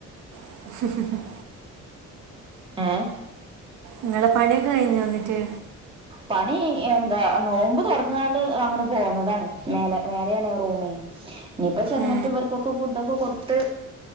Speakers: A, on the right; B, on the right.
A: <inaudible>
B: ഏഹ്
A: ഇങ്ങളെ പണിയൊക്കെ കഴിഞ്ഞോ ഇന്ന്ട്ട്
B: പണി ഏന്താ നോമ്പ് തൊറന്നാണ്ട് അങ്ങനെ പോന്നതാണ് മേലെ മേലേണ് റൂമേ ഇഞ്ഞിപ്പൊ ചെന്ന്ട്ട്
A: ഏ,
B: ഇവർക്കൊക്കെ ഫുഡൊക്കെ കൊട്ത്ത്